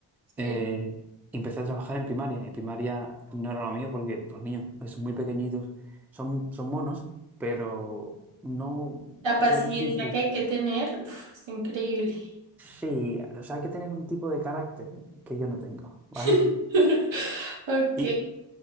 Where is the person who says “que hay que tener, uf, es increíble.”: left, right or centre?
Right